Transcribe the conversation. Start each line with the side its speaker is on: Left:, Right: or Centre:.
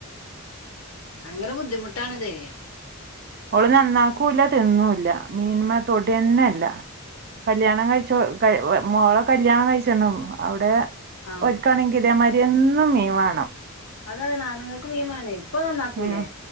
Left: വയങ്കര ബുദ്ധിമുട്ടാണ് ഇതേയ്
Right: ഓള് നന്നാക്കൂല്ല തിന്നൂല്ല മീന് മ്മെ തൊടന്നെല്ല കല്യാണം കഴിച്ചോ മോളെ കല്യാണം കഴിച്ചണം അവിടെ
Left: ആഹ്
Right: ഓൽക്കാണെങ്കിൽ ഇതേ മാരി എന്നും മീൻ വാണം
Left: അതാണ് ആണുങ്ങൾക്ക് മീൻ മാണെ ഇപ്പം നന്നാക്കൂല്ലേ
Right: ഉം